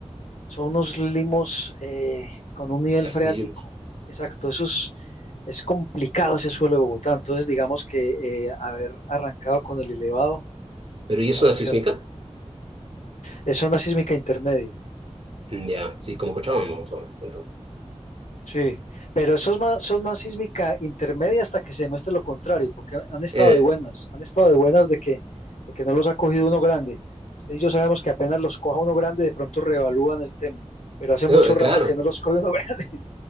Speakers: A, on the left; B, on the right.
A: son unos limos eh, con un nivel
B: Arcillos.
A: freático. Exacto, eso es, es complicado ese suelo de Bogotá. Entonces, digamos que eh, haber arrancado con el elevado,
B: ¿Pero y eso
A: la opción
B: es sísmica?
A: es zona sísmica intermedia.
B: Mm, Ya, sí, como Cochabamba, más o menos, entonces.
A: Sí, pero eso es más, eso es más sísmica intermedia hasta que se demuestre lo contrario, porque han estado
B: Eh,
A: de buenas, han estado de buenas de que, de que no los ha cogido uno grande. Usted y yo sabemos que apenas los coja uno grande, de pronto reevalúan el tema, pero hace
B: no,
A: mucho
B: eh,
A: rato
B: claro,
A: que no los coge uno <laughs> grande.